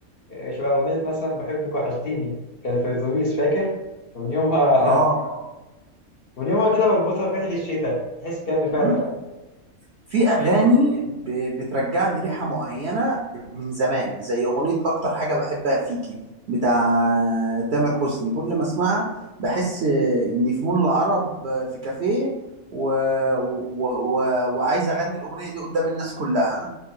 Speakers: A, on the left; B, on the right.
A: إيه، شبه اغنيه مثلا بحبك وحشتيني كان في الاتوبيس فاكر ومن يومها
B: اه
A: <laughs> ومن يومها كده بربطها بريحه الشتاء تحس كان اللي فيها
B: اه
A: دفى
B: في اغاني ب- بترجع لي ريحه معينه ب- من زمان زي اغنيه اكتر حاجه بحبها فيكي بتاع تامر حسني كل ما اسمعها بحس اني في مول العرب في كافيه و... و... و... وعايز اغني الاغنيه دي قدام الناس كلها